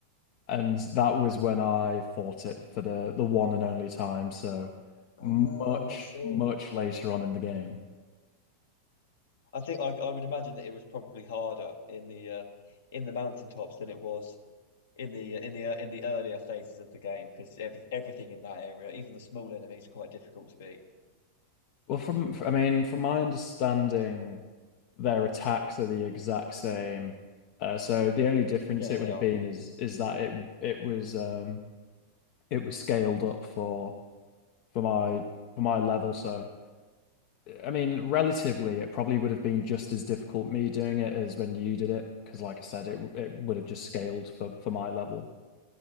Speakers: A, on the left; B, on the left.
A: and that was when I fought it for the the one and only time. So
B: Ah,
A: much,
B: I see.
A: much later on in the game.
B: I think I, I would imagine that it was probably harder in the uh, in the mountaintops than it was in the in the uh, in the earlier phases of the game because every, everything in that area, even the small enemies, are quite difficult to beat.
A: Well, from f- I mean, from my understanding, their attacks are the exact same. Uh, so the only difference
B: Yeah,
A: it
B: they
A: would have
B: are.
A: been is is that it it was um it was scaled up for for my for my level. So I mean, relatively, it probably would have been just as difficult me doing it as when you did it, because like I said, it it would have just scaled for for my level.